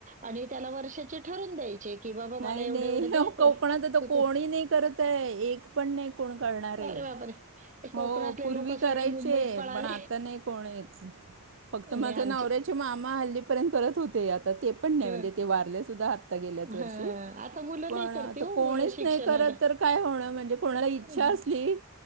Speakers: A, on the right (about 35°); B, on the right (about 60°).
A: आणि त्याला वर्षाचे ठरून द्यायचे कि बाबा
B: नाही
A: मला एवढं
B: नाही
A: एवढं द्यायचं
B: अहो, कोकणात आता
A: तर
B: कोणी
A: तू
B: नाही करत आहे एक पण नाही कोण करणारे
A: अरे बापरे! ते
B: हो
A: कोकणातले
B: पूर्वी
A: लोकं
B: करायचे,
A: सगळे मुंबईत पळाले.
B: पण आता नाही कोणीच फक्त माझ्या
A: नाही आमचे
B: नवऱ्याचे मामा हल्लीपर्यंत करत होते आता ते पण नाही
A: हं,
B: म्हणजे ते वारले सुद्धा आत्ता गेल्याच वर्षी
A: हां, हां. आता मुलं
B: पण
A: नाही
B: आता
A: करती हो
B: कोणीच
A: मुलं शिक्षणाला.
B: नाही करत तर काय होण म्हणजे कोणाला इच्छा
A: हं.
B: असली